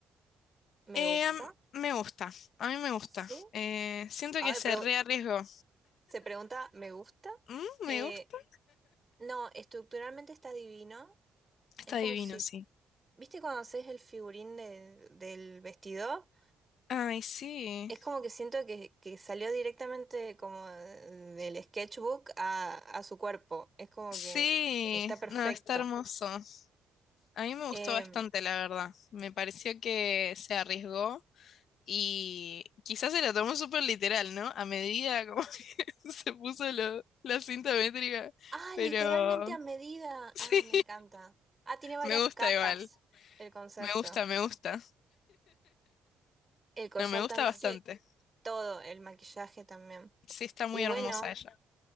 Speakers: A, on the right (about 20°); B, on the left (about 70°).
A: Me
B: Eh,
A: gusta,
B: me gusta, a mí me gusta.
A: sí.
B: Eh, siento
A: Ahora
B: que se
A: pregu-
B: rearriesgó.
A: se pregunta, ¿me gusta?
B: Mm,
A: Eh,
B: me gusta.
A: no, estructuralmente está divino.
B: Está
A: Es como
B: divino,
A: si,
B: sí.
A: ¿viste cuando haces el figurín de- del vestido?
B: Ay, sí.
A: Es como que siento que, que salió directamente como del sketchbook a, a su cuerpo. Es como
B: Sí,
A: que está perfecto.
B: no, está hermoso. A mí me
A: Eh,
B: gustó bastante, la verdad. Me pareció que se arriesgó y quizás se la tomó súper literal, ¿no? A medida como <laughs> que se puso lo- la cinta métrica,
A: ah,
B: pero
A: literalmente a medida.
B: <laughs> sí,
A: Ah, me encanta. Ah, tiene varias
B: me gusta
A: capas
B: igual.
A: el concepto.
B: Me gusta, me gusta.
A: El collar
B: No, me gusta
A: también.
B: bastante.
A: Sí, todo, el maquillaje también.
B: Sí, está muy
A: Y bueno,
B: hermosa ella.